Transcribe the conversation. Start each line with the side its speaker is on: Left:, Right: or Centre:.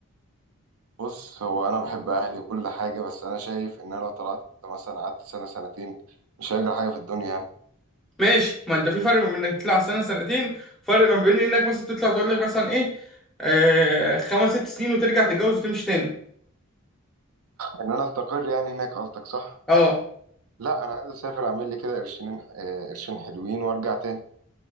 Right: بص هو انا بحب اهلي وكل حاجه بس انا شايف ان انا لو طلعت مثلا قعدت سنه سنتين مش هيجري حاجه في الدنيا يعني
Centre: ماشي ما انت في فرق ما بين انك تطلع سنه سنتين فرق ما بين انك مثلا تطلع تقول لك مثلا ايه آه خمس ست سنين وترجع تتجوز وتمشي تاني
Right: ان انا استقر يعني هناك قصدك صح
Centre: اه
Right: لا انا عايز اسافر اعمل لي كده قرشين آه، قرشين حلوين وارجع تاني